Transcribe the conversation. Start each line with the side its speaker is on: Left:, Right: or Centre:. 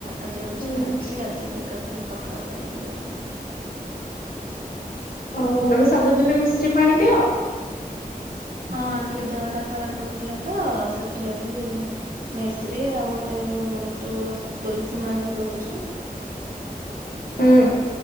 Right: ଆଜି ଆଉ କିଛି
Left: ହୁଁ
Right: ଖାଇନଥିଲି ଗାଧେଇକି ଏକାଥରେ ପଖାଳ ଖାଇଦେଲିି ଆଉ।
Left: ଓହୋ ତମେ ସବୁଦିନ ମିଶ୍ରି ପାଣି ପିଅ।
Right: ହଁ ଟିକେ ଦେହ ଟା ଖରାପ ରହୁଥିଲା ତ ସେଥିଲାଗି। ମିସ୍ରୀ ଆଉ ଗୋଟେ ଯୋଉ ତୁଳ ତୁଲସୀ ମଞ୍ଜି ରହୁଛି।
Left: ହୁଁ।